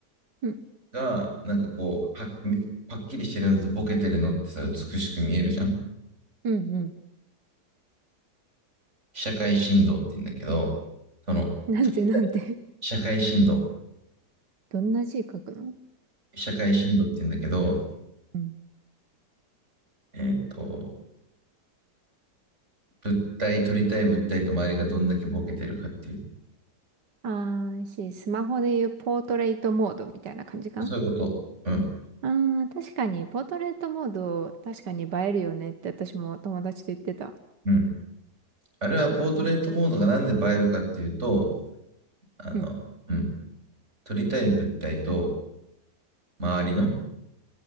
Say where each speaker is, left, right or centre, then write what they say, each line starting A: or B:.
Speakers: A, on the right; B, on the right.
A: うん、
B: が、なんかこう、は、めパッキリしてるのとボケてるのってさ、美しく見えるじゃん
A: うん、う
B: 被写界深度って言うんだけど、その、
A: ん。なんて、なんて。
B: 被写界深度、
A: <laughs> どんな字書くの
B: 被写界深度って言うんだけど、
A: うん。
B: えっと、物体、取りたい物体と周りがどんだけボケてるかっていう。
A: ああ、し、スマホでいうポートレートモードみたいな感じか
B: そういうこと。うん。
A: ああー、確かに、ポートレートモード、確かに映えるよねって私も友達と言ってた。
B: うん。あれはポートレートモードがなんで映えるかっていうと、あの、
A: うん、
B: うん。撮りたい物体と周りの、